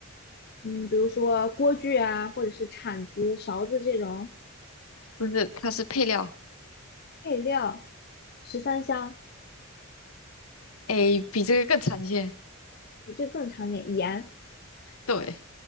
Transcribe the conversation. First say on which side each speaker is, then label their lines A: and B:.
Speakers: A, on the left; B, on the left.
A: 嗯，比如说锅具啊，或者是铲子、勺子这种
B: 不是？它是配料，
A: 配料，十三香，
B: 诶，比这个更常见，
A: 比这更常见。盐，
B: 对，